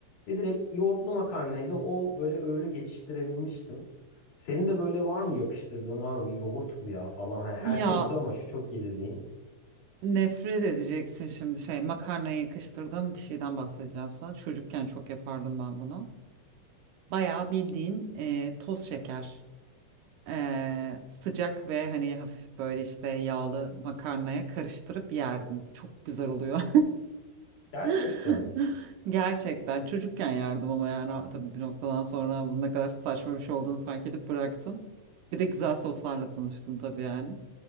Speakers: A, on the left; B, on the right.
A: Ve direkt yoğurtlu makarnayla o böyle öğünü geçiştirebilmiştim. Senin de böyle var mı yakıştırdığın abi yoğurt bu ya falan. Hani her
B: Ya
A: şey gidiyor ama şu çok iyi dediğin.
B: nefret edeceksin şimdi şey makarnaya yakıştırdığım bir şeyden bahsedeceğim sana. Çocukken çok yapardım ben bunu. Bayağı bildiğin e, toz şeker. E, sıcak ve hani hafif böyle işte yağlı makarnaya karıştırıp yerdim. Çok güzel oluyor.
A: Gerçekten
B: <laughs> Gerçekten çocukken yerdim ama yani tabii bir noktadan sonra bunun ne kadar saçma bir şey olduğunu fark edip bıraktım. Bir de güzel soslarla tanıştım tabii yani.